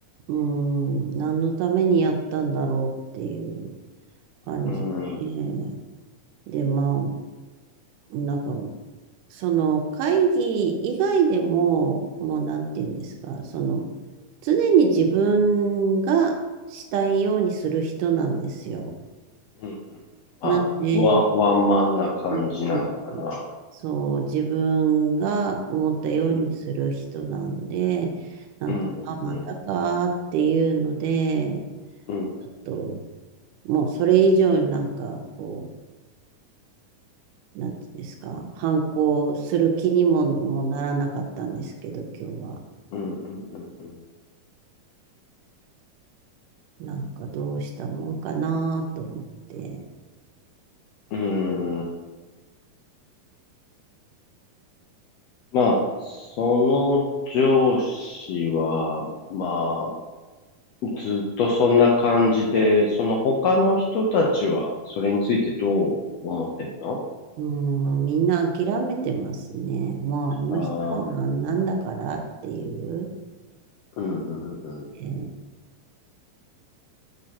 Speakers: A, on the right (about 75°); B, on the left (about 80°).
A: う、うん、何のためにやったんだろうっていう感じで。
B: うん。うん
A: で、まあ、なんか、その会議以外でも、もうなんて言うんですか、その、常に自分がしたいようにする人なんですよ。
B: うん。まあ、
A: なんで、
B: ワ、ワンマンな感じなのかな。
A: うんそう、自分が思ったようにする人なんで、
B: うん。
A: なんか、
B: うんうんうん。
A: あ、またかーっていうので、
B: うん。
A: ちょっと、もうそれ以上になんか、こう、なんていうんですか、反抗する気にも、もならなかったんですけど、今日は。
B: うんうん
A: なんかどうしたもんかなと思って。
B: うん。うん。まあ、その上司は、まあ、ずっとそんな感じで、その他の人たちはそれについてどう思ってるの
A: うん、もうみんな諦めてますね。もうあの人はあんなんだからっていう。
B: ああー、うんうんうん。
A: えー